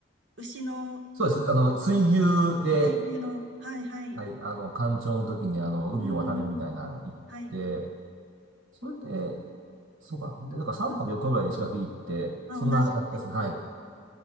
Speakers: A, on the right; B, on the right.
A: 牛の、
B: そうです。あの、水牛で、
A: え水牛の、はい、はい。
B: はい、あの、干潮の時にあの、海を渡れるみたいなの行って、
A: うん。はい。
B: それで、そうかな。で、だから3泊4日ぐらいで石垣行って、
A: うん。まあ、
B: そんなやったんですけど、
A: 同じぐらいですね。
B: はい。
A: はい。